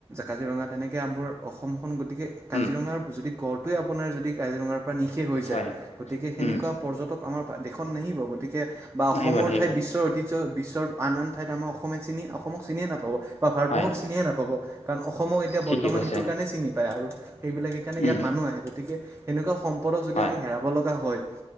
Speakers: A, on the right; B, on the left.
A: কাজিৰঙা তেনেকৈ আবোৰ অসমখন গ গতিকে কাজিৰঙাৰ
B: উম
A: যদি গড় টো আপোনাৰ যদি কাজিৰঙাৰ পৰা নিশেষ হৈ
B: হয়
A: যায়, গতিকে সেনেকুৱা
B: উম
A: পৰ্যটক আমাৰ দেশখন নাহিব গতিকে বা
B: নাহিব
A: অসমৰ
B: নাহিব
A: ঠাইত বিশ্বৰ অতি বিশ বিশ্বৰ আন আন ঠাইত আমাৰ অসমে চিনি অসমক চিনিয় নাপাব। বা ভাৰতবৰ্ষক
B: হয়
A: চিনিয়ে নাপাব। কাৰণ অসমক এতিয়া
B: ঠিকে
A: বৰ্তমান
B: কৈছে
A: সেইটোৰ কাৰণে চিনি পায় আৰু সেইবিলাক সেইকাৰণে ইয়াত
B: উম
A: মানুহ আহে গতিকে সেনেকুৱা সম্পদক যদি
B: হয়
A: আমি হেৰাব লগা হয়